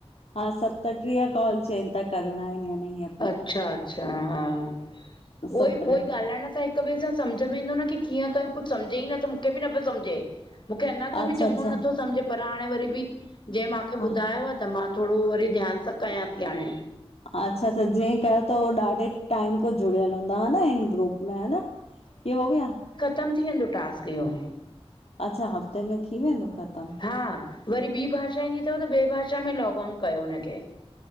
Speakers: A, on the left; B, on the left.
A: हा सतटीह कॉल चइन था करणा आहिन यानि इहें
B: अच्छा अच्छा हा उहोई
A: सतटीह
B: उहोई ॻालाइण सां हिक ॿिए सां समझ में ईंदो न की कीअं कयो कुछ समझे ई न त मुंखे बि न पियो समझे मुंखे अञा ताईं
A: अच्छा
B: बि चङो
A: अच्छा
B: नथो समझे पर हाणे वरी बि जहिं मांखे
A: हा
B: ॿुधायो आ त मां थोरो वरी ध्यान सां कयां थी हाणे
A: अच्छा अच्छा जीअं कयो थव हो ॾाडे टाइम को जुड़ियल हूंदा हा न हिन ग्रुप में हा न, इहो व
B: चम थी वेंदो टास्क इहो
A: अच्छा हफ़्ते में थी वेंदो ख़त
B: हा वरी ॿी भाषा ईंदी थव त ॿिए भाषा में लॉग ऑन कयो हुनखे